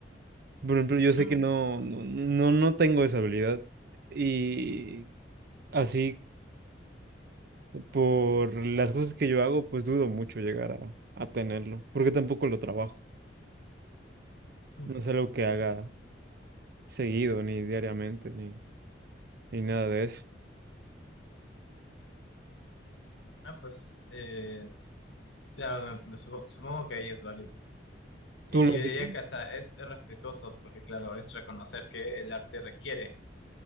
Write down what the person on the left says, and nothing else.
mm,
mm.
Ah, pues, eh, claro, me- me supo- supongo que ahí es válido. Y
yo
diría
que hasta es respetuoso, porque claro, es reconocer que el arte requiere